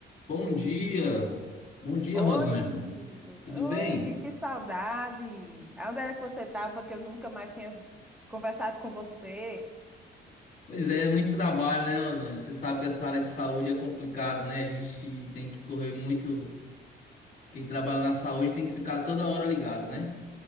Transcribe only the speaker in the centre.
Oi,
amigo.
Oi,
amigo, que saudade. Onde era que você estava que eu nunca mais tinha conversado com você?